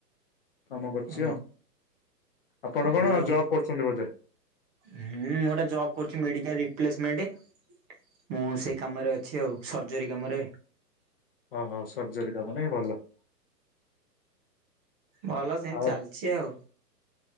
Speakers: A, on the left; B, on the right.
A: କାମ କରୁଛି
B: ହୁଁ
A: ଆଉ। ଆପଣ
B: ଭଲ
A: କଣ
B: ଆଉ
A: ଜବ କରୁଛନ୍ତି ବୋଧେ?
B: ହୁଁ ମୁଁ ଏଟା ଜବ୍ କରୁଛି ମେଡିକାଲ ରିପ୍ଲେସମେଣ୍ଟ। ମୁଁ ସେଇ କାମରେ ଅଛି ଆଉ ସର୍ଜରୀ କାମରେ।
A: ଓହୋ ସର୍ଜରୀ କାମରେ ଭଲ।
B: ଭଲ ସେମତି
A: ଆଉ
B: ଚାଲିଚି ଆଉ।